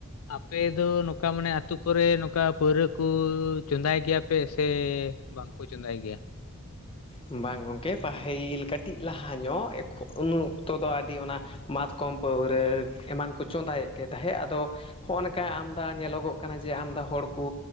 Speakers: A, on the left; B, on the left.
A: ᱟᱯᱮ ᱫᱚ ᱱᱚᱝᱠᱟ ᱢᱟᱱᱮ ᱟᱛᱳ ᱠᱚᱨᱮ ᱱᱚᱝᱠᱟ ᱯᱟᱹᱣᱨᱟᱹ ᱠᱚ ᱪᱚᱸᱫᱟᱭ ᱜᱮᱭᱟ ᱯᱮ ᱥᱮ ᱵᱟᱝ ᱠᱚ ᱾ <inaudible> ᱪᱚᱸᱫᱟᱭ ᱜᱮᱭᱟ ᱾
B: ᱵᱟᱝ ᱜᱚᱢᱠᱮ ᱯᱟᱹᱦᱤᱞ ᱠᱟᱹᱴᱤᱡ ᱞᱟᱦᱟ ᱧᱚᱜ ᱮᱠᱷᱚᱱ ᱩᱱ ᱚᱠᱛᱚ ᱫᱚ ᱟᱹᱰᱤ ᱚᱱᱟ ᱾ ᱢᱟᱛᱠᱚᱢ ᱯᱟᱹᱣᱨᱟᱹ ᱮᱢᱟᱱ ᱠᱚ ᱪᱚᱸᱫᱟᱭᱮᱫ ᱜᱮ ᱛᱟᱦᱮᱸᱜ ᱟᱫᱚ ᱦᱚᱜᱼ ᱱᱚᱝᱠᱟ ᱟᱢᱫᱟ ᱧᱮᱞᱚᱜᱚ ᱠᱟᱱᱟ ᱡᱮ ᱟᱢᱫᱟ ᱦᱚᱲ ᱠᱚ